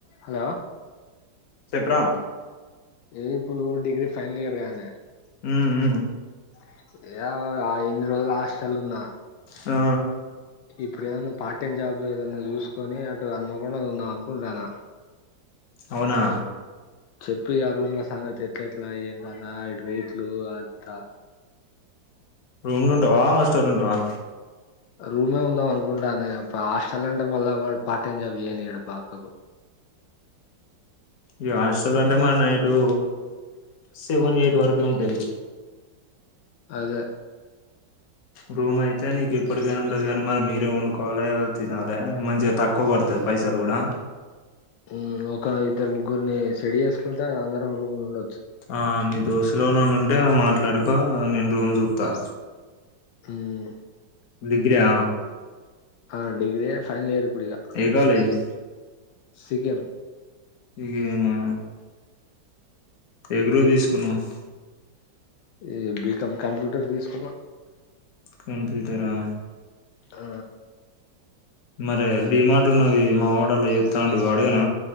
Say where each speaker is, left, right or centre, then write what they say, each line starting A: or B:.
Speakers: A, on the left; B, on the left.
A: Hello
B: చెప్పురా
A: ఏ ఇప్పుడు కూడా డిగ్రీ ఫైనల్ ఇయర్ గానే
B: హ్ హ్
A: <unintelligible> ఇన్ని రోజులు హాస్టళ్ల ఉన్నా
B: ఆ
A: ఇప్పుడు ఏదన్నా పార్ట్ టైం జాబ్ ఏదన్నా చూసుకొని అటు హనుమకొండల ఉందం అనుకుంటాన్నా
B: అవునా
A: చెప్పిగా రూమ్లా సంగతీ ఏట్లా ఏం కదా ఇటు రూట్లు అంతా
B: రూమ్ల ఉంటావా హాస్టల్ల ఉంటావా
A: రూమ్లో ఉందం అనుకుంటాన్న ఇగ హాస్టల్ల అంటే మళ్ళా వాడు పార్ట్ టైమ్ జాబ్ చేయనియడు పక్కకు
B: ఈ హాస్టల్ అంటే మరి నైటు సెవెన్ ఎయిట్ వరకే ఉంటది.
A: అదే
B: రూమ్ అయితే నీకు ఇప్పటికైనా ఉంటది. కానీ మరి మీరే వండుకోవాలి. తినాలి మంచిగా తక్కువ పడతది. పైసలు కూడా
A: హ్ ఒక్క ఇద్దరు ముగ్గురిని సెడ్ చేసుకుంటే అందరం రూమ్ లో ఉండ
B: ఆ మీ దోస్తులు ఎవరన్న ఉంటే మాట్లాడుకో నేను రూమ్ చూత్త
A: హ్
B: డిగ్రా
A: ఆ డిగ్రే ఫైనల్ ఇయర్ ఇప్పుడు ఇక
B: ఏ కాలేజ్
A: సికేం
B: ఇగే మా ఎ గ్రూప్ తీస్ కున్నావ్
A: ఇగ బి కమ్ కంప్యూటర్ తీసుకున్నా
B: కంప్యూటరా
A: ఆ
B: మరే డిమార్ట్ ఉన్నది మావోడల్ల చెత్తండు అడగన